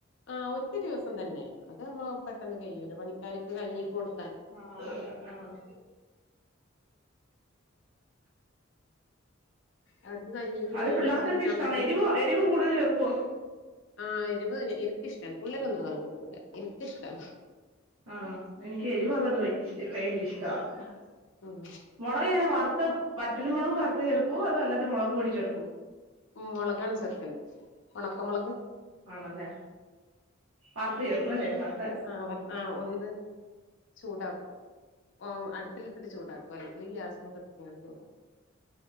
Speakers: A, on the left; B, on the right.
A: ആഹ്‌ ഒറ്റൊരു ദിവസം തന്നെ അത് നമ്മള് പെട്ടെന്ന് കഴിയൂലേ പണിക്കാർക്ക് കഞ്ഞീക്ക് കൊട്
B: ആഹ്‌ അല്ലേ ആഹ്‌
A: അവർക്ക് കഞ്ഞീക്ക്
B: അത്
A: മീൻ
B: പിള്ളാർക്കൊക്കെ
A: പൊരിച്ചത് ചമ്മന്തിം
B: ഇഷ്ട്ടാണൊ എരിവും എരിവ് കൂടുതല് ചേർക്കോ?
A: ആഹ്‌ എരിവ് എ എനിക്കിഷ്ടാണ് പുള്ളരൊന്നും അങ്ങനെ കൂട്ടൂല എനിക്കിഷ്ട്ടാണ്
B: ആഹ്‌ എനിക്ക് എരിവൊള്ളത് ഭയ ഭയങ്കര ഇഷ്ടാണ് മൊ
A: ഉം
B: മൊളക് എങ്ങനാ വറ്ത്ത് വറ്റല് മൊളക് വറുത്ത് ചേർക്കോ അതോ അല്ലാതെ മൊളക് പൊടി ചേർക്കോ?
A: ഉം മൊളകാണ് ചേർക്കല് ഒണക്ക മൊളക്
B: ആണല്ലേ വറ്ത്ത് ചേർക്കും അല്ലേ വർ
A: ആഹ്‌ വർ ആഹ്‌ ഒന്ന് ചൂടാക്കും ഉം അടുപ്പിലിട്ടിട്ട് ചൂടാക്കും അല്ലെങ്കി ഗ്യാസ്മ്മെ കത്തിച്ച്ങ്ങാണ്ട് ചൂടാക്കും